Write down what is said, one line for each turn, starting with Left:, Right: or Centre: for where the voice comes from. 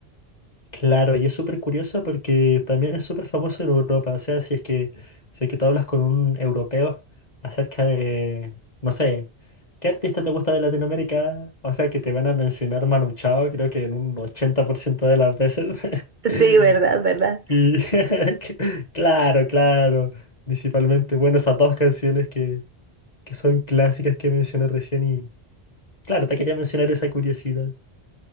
Left: Claro, y es súper curioso porque también es súper famoso en Europa. O sea, si es que, si es que tú hablas con un europeo acerca de, no sé, ¿qué artista te gusta de Latinoamérica? O sea, que te van a mencionar Manu Chao, creo que en un 80% de las veces.
Right: Sí,
Left: <laughs>
Right: verdad, verdad.
Left: Y <laughs> claro, claro, principalmente, bueno, esas dos canciones que, que son clásicas que mencioné recién y, claro, te quería mencionar esa curiosidad.